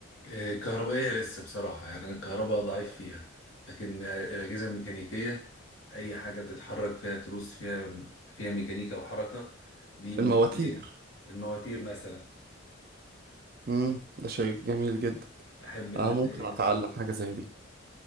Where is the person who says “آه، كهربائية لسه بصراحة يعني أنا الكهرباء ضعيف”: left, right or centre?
Left